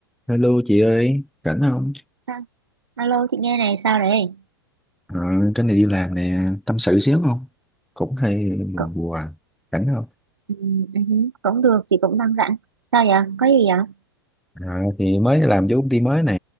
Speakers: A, in the centre; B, on the right (about 80°).
A: Hello chị ơi, rảnh không?
B: Sao? Alo chị nghe này sao đấy
A: Ờ, cái này đi làm nè, tâm sự xíu không? Cũng hay buồn
B: cũng,
A: buồn, rảnh không?
B: ừm, ừm, cũng được chị cũng đang rảnh sao vậy có gì vậy
A: Ờ, thì mới làm vô công ty mới nè,